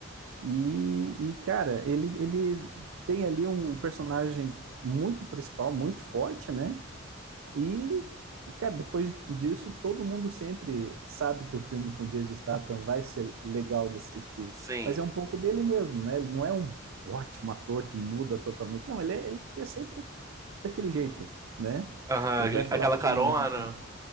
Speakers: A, on the right (about 75°); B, on the right (about 15°).
A: e, e, cara, ele, ele tem ali um personagem muito principal, muito forte, né? E, cara, depois disso, todo mundo sempre sabe que o filme com Jason Statham vai ser legal de assistir.
B: Sim.
A: Mas é um pouco dele mesmo, né? Ele não é um ótimo ator que muda totalmente. Não, ele é, ele é sempre daquele jeito, né?
B: Aham.
A: Ele vai falar
B: Aquela
A: daquele
B: carona.
A: mesmo tom,